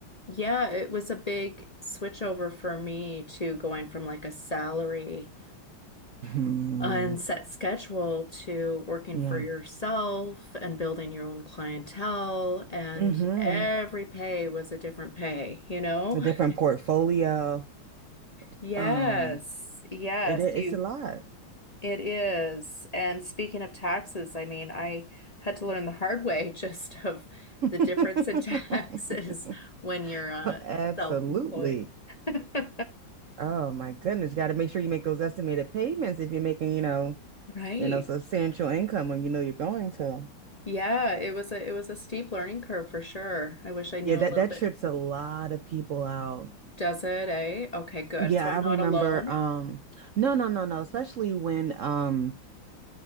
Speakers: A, on the left; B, on the right.
A: yeah, it was a big switch over for me to going from like a salary
B: <clears throat>
A: unset schedule to working
B: yeah
A: for yourself and building your own clientele and
B: hmm
A: every pay was a different pay, you know?
B: a different
A: <laughs>
B: portfolio.
A: Yes.
B: Um,
A: Yes,
B: it i-
A: you
B: it's a lot.
A: It is. And speaking of taxes, I mean, I had to learn the hard way <laughs> just of
B: <laughs>
A: the difference in <laughs> taxes when you're uh,
B: Absolutely.
A: self-employed. <laughs>
B: Oh my goodness. Got to make sure you make those estimated payments if you're making, you know,
A: Right.
B: you know, substantial income when you know you're going to.
A: Yeah, it was a it was a steep learning curve for sure. I wish I knew
B: Yeah, that
A: a little
B: that
A: bit.
B: trips a lot of people out.
A: Does it, eh? Okay, good.
B: Yeah,
A: So I'm
B: I
A: not
B: remember
A: alone.
B: um no no no no, especially when um